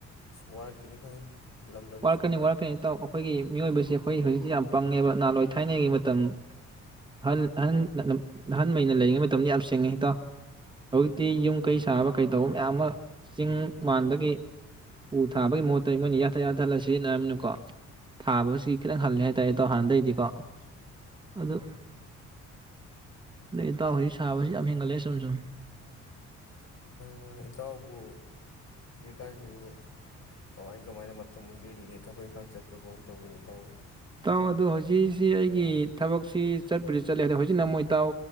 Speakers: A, on the left (about 60°); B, on the right (about 15°).
A: ꯁꯨꯝ ꯋꯥꯔꯛꯈꯤꯅꯤ ꯈꯪꯉꯤ ꯂꯝꯗꯝꯁꯤ
B: ꯋꯥꯔꯛꯀꯅꯤ
A: ꯃꯣꯏꯅ
B: ꯋꯥꯔꯛꯀꯅꯤ ꯏꯇꯥꯎ ꯑꯈꯣꯏꯒꯤ ꯃꯤꯑꯣꯏꯕꯁꯤ ꯑꯈꯣꯏ ꯍꯧꯖꯤꯛꯇꯤ ꯌꯥꯝ ꯄꯪꯉꯦꯕ ꯅꯍꯥꯟꯋꯥꯏ ꯊꯥꯏꯅꯒꯤ ꯃꯇꯝ ꯑꯍꯜ ꯑꯍꯟ <unintelligible> ꯂꯩꯔꯤꯉꯩ ꯃꯇꯝꯗ ꯌꯥꯝ ꯁꯤꯡꯉꯤ ꯏꯇꯥꯎ ꯍꯧꯛꯇꯤ
A: ꯎꯝ
B: ꯌꯨꯝ ꯀꯩ ꯁꯥꯕ ꯀꯩꯇꯧꯕ ꯃꯌꯥꯝ ꯑꯃ ꯆꯤꯡ ꯃꯥꯟꯗꯒꯤ ꯎ ꯊꯥꯕꯒꯤ ꯃꯍꯨꯠꯇ ꯃꯣꯏꯅ ꯌꯥꯟꯊꯠ ꯌꯥꯊꯠꯂ ꯁꯤꯖꯤꯟꯅꯔꯝꯅꯤꯅꯀꯣ ꯊꯥꯕꯒꯁꯤ ꯈꯤꯇꯪ ꯍꯜꯂꯦ ꯍꯥꯏꯇꯥꯔꯦ ꯏꯇꯥꯎ ꯍꯥꯟꯅꯗꯩꯗꯤꯀꯣ ꯑꯗꯨ
A: ꯎꯝ
B: ꯏꯇꯥꯎ ꯍꯧꯖꯤꯛ ꯁꯥꯕꯁꯤ ꯌꯥꯝ ꯍꯦꯟꯒꯠꯂꯦ ꯁꯨꯝ ꯁꯨꯝ
A: ꯃꯥꯅꯦ ꯏꯇꯥꯎꯕꯨ ꯍꯧꯖꯤꯛꯀꯥꯟꯁꯤꯕꯨ ꯀꯃꯥꯏ ꯀꯃꯥꯏꯅ ꯃꯇꯝ ꯂꯦꯜꯂꯤꯒꯦ ꯊꯕꯛ ꯏꯪꯈꯥꯡ ꯆꯠꯄ꯭ꯔꯥ ꯀꯃꯥꯏꯅ ꯇꯧꯒꯦ ꯏꯇꯥꯎꯕꯨ
B: ꯇꯥꯎ ꯑꯗꯣ ꯍꯧꯖꯤꯛꯁꯤ ꯑꯩꯒꯤ ꯊꯕꯛꯁꯤ ꯆꯠꯄꯗꯤ ꯆꯠꯂꯦ ꯑꯗꯣ ꯍꯧꯖꯤꯛꯅ ꯃꯣꯏꯇꯥꯎ